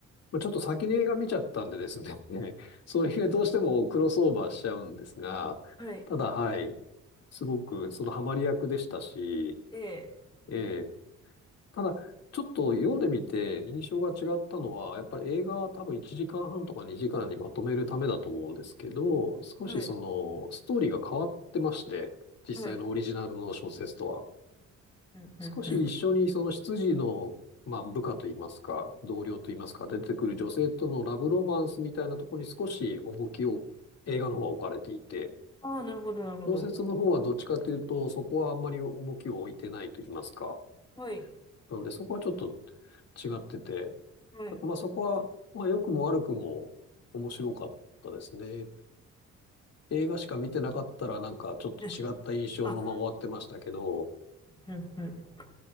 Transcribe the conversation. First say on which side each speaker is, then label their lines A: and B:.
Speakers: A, on the left; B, on the left.
A: まあ、ちょっと先に映画見ちゃったんでですね、<laughs> それがどうしてもクロスオーバーしちゃうんですが、
B: はい。
A: ただはい、すごくそのハマり役でしたし、
B: ええ、
A: えただ、ちょっと読んでみて印象が違ったのは、やっぱり映画は多分1時間半とか2時間にまとめるためだと思うんですけど、少しそ
B: はい、
A: のストーリーが変わってまして、実際のオリジナルの小説とは。
B: はい。うん、うん、
A: 少し一緒にその執事の、
B: うん。
A: まあ、部下といいますか、同僚といいますか、出てくる女性とのラブロマンスみたいなところに少し重きを映画の方は置かれていて、
B: ああ、なるほど、なるほど。
A: 小説の方はどっちかというと、そこはあんまり重きを置いてないといいますか。
B: はい、
A: なのでそこはちょっと違ってて、
B: はい。
A: なんかまあそこは、まあ良くも悪くも面白かったですね。映画しか見てなかったらなんかちょっと違った印象のまま終わってましたけど、
B: <laughs> あ、うん、うん。